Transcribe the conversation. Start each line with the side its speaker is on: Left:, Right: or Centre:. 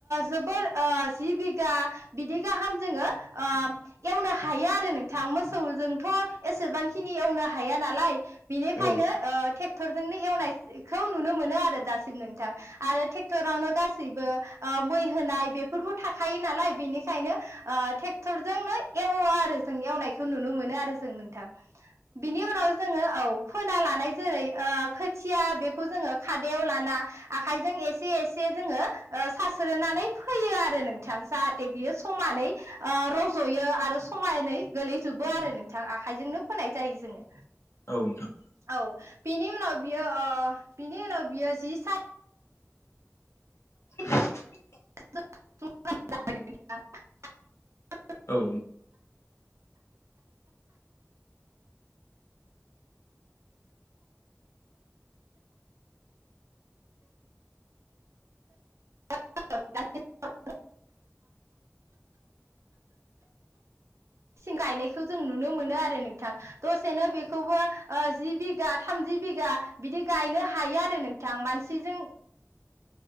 Right: जोब जि बिगा बिदि गाहाम जोङो एवनो हायो आरो नोंथां मो मोसौ जोंथ' एसेबांखिनि एवनो हाया नालाय बेनिखायनो
Left: औ
Right: ट्रेक्टरजोंनो एवनायखौ नुनो मोनो आरो दासिम नोंथां आरो ट्रेक्टरावनो गासैबो मै होनाय बेफोरबो थाखायो नालाय बेनिखायनो ट्रेक्टरजोंनो एवा आरो जों एवनाय बेखौ नुनो मोनो आरो जों नोंथां बिनि उनाव जोङो औ फोना लानाय जेरै खोथिया बेखौ जोङो खादायाव लाना आखाइजों एसे एसे जोङो सास्रोनानै फैयो आरो नोंथां जाहाथे बियो समानै रज'यो आरो समायानै गोलैजोबो आरो नोंथां आखाइजोंनो फोनाय जायो जोङो
Left: औ नोंथां
Right: औ बिनि उनाव बियो बिनि उनाव बियो जि स
Left: <unintelligible>
Right: <unintelligible>
Left: औ
Right: <unintelligible> गायनायखौ जों नुनो मोनो आरो नोंथां दसेनो बेखौबो जि बिगा थामजि बिघा बिदि गायनो हायो आरो नोंथां मानसिजों